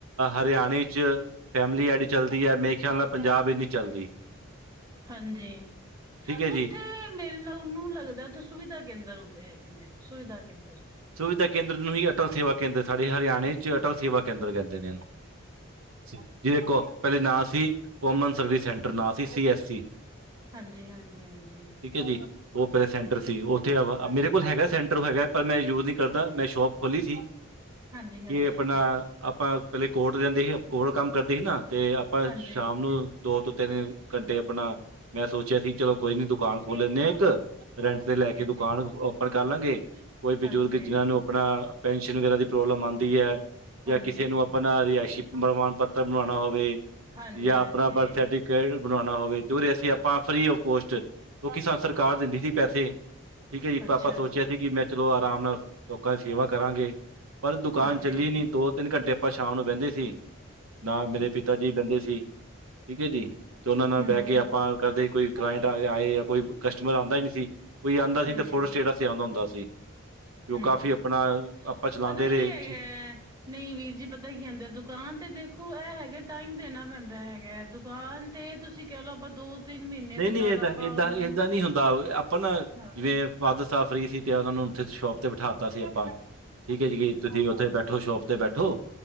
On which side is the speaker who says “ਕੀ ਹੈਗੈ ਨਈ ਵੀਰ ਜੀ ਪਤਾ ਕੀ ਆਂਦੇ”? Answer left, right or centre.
Right